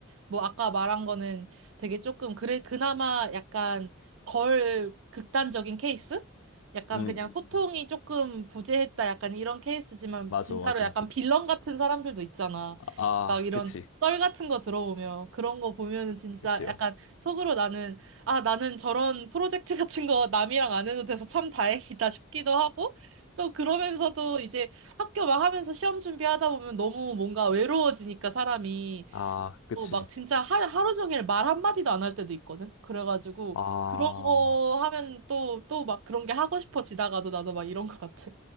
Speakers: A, on the right; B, on the left.
A: 뭐 아까 말한 거는 되게 조금 그래, 그나마 약간 덜 극단적인 케이스? 약간
B: 음
A: 그냥 소통이
B: 음.
A: 조금 부재했다. 약간 이런 케이스지만
B: 맞아
A: 진짜로
B: 맞아
A: 약간 빌런 같은 사람들도 있잖아.
B: 아, 아,
A: 막 이런
B: 그치
A: 썰 같은 거 들어보면 그런 거 보면은 진짜
B: 그치요
A: 약간 속으로 나는 아 나는 저런 프로젝트 같은 거 남이랑 안 해도 돼서 참 다행이다 싶기도 하고 또 그러면서도 이제 학교 막 하면서 시험 준비하다 보면 너무 뭔가 외로워지니까 사람이
B: 막어아 그치
A: 어, 막 진짜 하, 하루 종일 말 한마디도 안 할 때도 있거든. 그래가지고
B: 아, 어,
A: 그런 거 하면 또 또 막 그런 게 하고 싶어지다가도 나도 막 이런 것 같아.